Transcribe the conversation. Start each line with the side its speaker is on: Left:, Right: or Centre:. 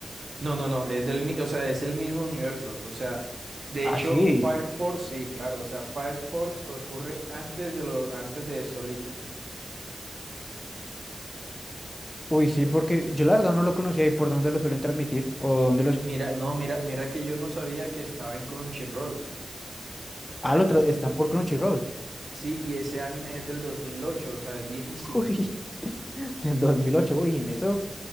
Right: No, no, no, es del, mi- o sea, es el mismo universo. O sea, de
Left: Ah,
Right: hecho,
Left: sí.
Right: Fire Force, sí, claro. O sea, Fire Force ocurre antes de lo, antes de Solitaire.
Left: Uy, sí, porque yo la verdad no lo conocía y por dónde lo suelen transmitir o dónde los...
Right: Mira, no, mira, mira que yo no sabía que estaba en Crunchyroll.
Left: Ah, lo tra- están
Right: Y
Left: por Crunchyroll.
Right: sí, y ese anime es del 2008, o sea, es viejísimo.
Left: Uy, <laughs> del 2008, uy, en eso